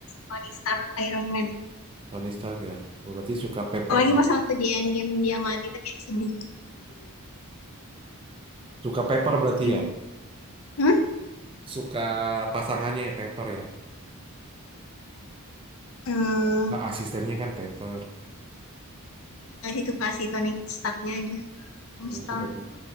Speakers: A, on the left (about 65°); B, on the right (about 25°).
A: Tony Stark Iron Man.
B: Tony Stark ya berarti suka Pepper
A: Apalagi pas waktu di Endgame dia mati tuh kayak sedih.
B: suka Pepper
A: Kayak
B: berarti
A: sedih
B: ya
A: banget gitu. Hmm?
B: suka pasangannya ya Pepper ya
A: Hmm,
B: nah asistennya kan Pepper
A: kasih tuh kasih Tony Starknya aja. Tony
B: Hmm,
A: Stark.
B: sudah tuh.